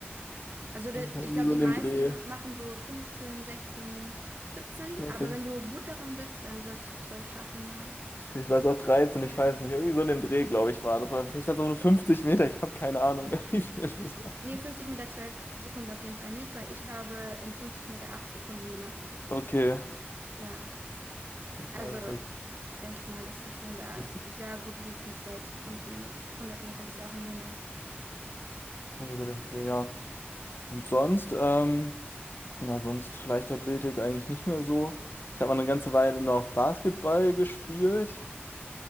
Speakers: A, on the right; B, on the left.
A: Also de-
B: Kann das sein,
A: ich
B: irgendwie
A: glaube,
B: so
A: die
B: in
A: meisten
B: dem Dreh?
A: ma- machen so 15, 16, 17,
B: Oder
A: aber
B: Vielleicht,
A: wenn du gut darin bist, dann solltest du 12 schaffen, ja. Das
B: vielleicht war es
A: ist
B: auch 13. ich
A: ein-
B: weiß nicht. Irgendwie so in dem Dreh, glaube ich, war das. War, vielleicht waren es auch nur 50 Meter, ich habe keine Ahnung, <laughs> wie viel das war.
A: Nee, 50 Meter 12 Sekunden auf jeden Fall nicht, weil ich habe in 50 Meter 8 Sekunden gemacht.
B: Okay,
A: Ja,
B: ich
A: also
B: war vielleicht,
A: denke ich mal, dass du schon da
B: das
A: sehr gut liegst mit 12 Sekunden. 100 Meter bist ja auch ein Junge.
B: irgendwie so in dem Dreh, ja. Und sonst, ähm, Ja, sonst Leichtathletik eigentlich nicht mehr so. Ich habe mal eine ganze Weile noch Basketball gespielt,